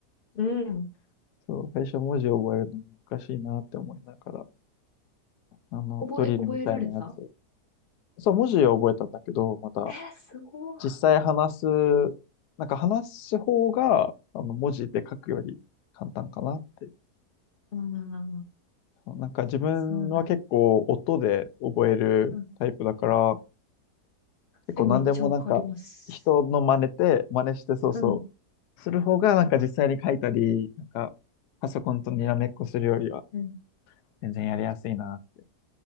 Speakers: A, on the left (about 45°); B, on the left (about 85°).
A: うん
B: <laughs> そう、最初文字を覚えるの難しいなって思いながら、あの、
A: 覚え、
B: ドリルみたいなやつ。
A: 覚えられた
B: そう、文字を覚えたんだけど、また、
A: えー、すごい。
B: 実際話す、なんか話す方が、あの、文字で書くより簡単かなって。
A: ああ、
B: なんか自分は結構音で覚えるタイプだから、
A: そうなん。うん。
B: 結構何でもなんか人の真似て、
A: え、めっちゃわかります。
B: 真似してそうそ
A: うん。
B: う、する方がなんか実際に書いたり、なんかパソコンとにらめっこするよりは
A: うん。
B: 全然やりやすいなっ